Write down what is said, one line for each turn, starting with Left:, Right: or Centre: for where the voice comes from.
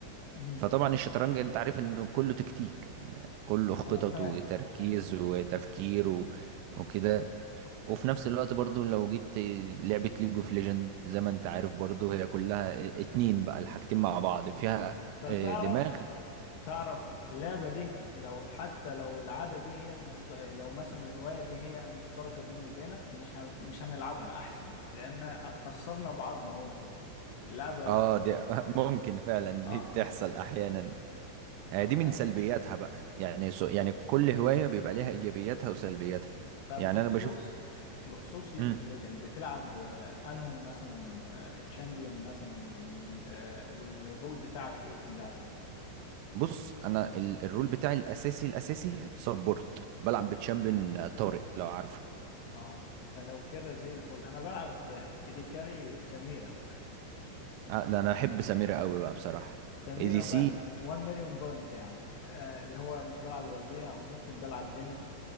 Left: امم
Right: فطبعا الشطرنج انت عارف انه كله تكتيك كله خطط
Left: انا فاهم
Right: وتركيز
Left: فاهم
Right: وتفكير و... وكده وفي نفس الوقت برضو لو جيت لعبة ليج اوف ليجند زي ما انت عارف برضو هي كلها اتنين بقى الحاجتين مع بعض فيها
Left: طب
Right: آه،
Left: تعرف
Right: دماغ
Left: تعرف اللعبه دي لو حتى لو العاده دي هي المشت... لو مثلا الهوايه دي هي مشتركه بيني وبينك مش هن... مش هنلعبها احسن لان هتخسرنا بعضنا ممكن اللعبه
Right: اه دي <laughs> ممكن فعلا
Left: اه
Right: دي بتحصل احيانا آه،
Left: اه
Right: دي من سلبياتها بقى يعني سو يعني كل هواية بيبقى ليها ايجابياتها وسلبياتها
Left: طب
Right: يعني
Left: بخصوص
Right: انا بشوف
Left: بخصوص ليج
Right: مم.
Left: اوف ليجند بتلعب آه، انه مثلا آه، الشامبيون مثلا وال... آه، والرول بتاعك ايه في اللعبة
Right: بص انا ال- الرول بتاعي الاساسي الاساسي سبورت بلعب بتشامبيون
Left: آه.
Right: طارق لو عارفه
Left: اه فلو كده زي الفل انا بلعب آه، ايدي كاري سميرة
Right: آه، لا انا احب سميرة قوي بقى بصراحة
Left: سميرة
Right: اي دي
Left: بقى
Right: سي
Left: 1 مليون بوينت يعني آه اللي هو مش بلعب غير بيها وممكن بلعب جن